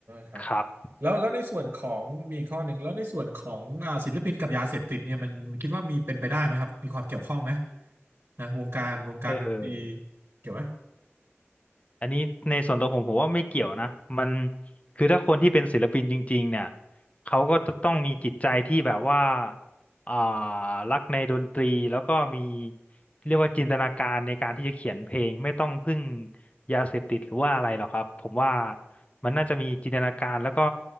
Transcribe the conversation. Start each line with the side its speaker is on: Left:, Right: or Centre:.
Right: ครับ
Left: ครับ
Right: แล้วแล้วในส่วนของมีอีกข้อหนึ่งแล้วในส่วนของอ่าศิลปินกับยาเสพติดเนี่ยมันมันคิดว่ามีเป็นไปได้ไหมครับมีความเกี่ยวข้องไหมนะวงการวงการดนตรี
Left: เออ
Right: เกี่ยวไหม
Left: อันนี้ในส่วนตัวผมผมว่าไม่เกี่ยวนะมันคือถ้าคนที่เป็นศิลปินจริงๆเนี่ยเขาก็จะต้องมีจิตใจที่แบบว่าอ่ารักในดนตรีแล้วก็มีเรียกว่าจินตนาการในการที่จะเขียนเพลงไม่ต้องพึ่งยาเสพติดหรือว่าอะไรหรอกครับผมว่ามันน่าจะมีจินตนาการแล้วก็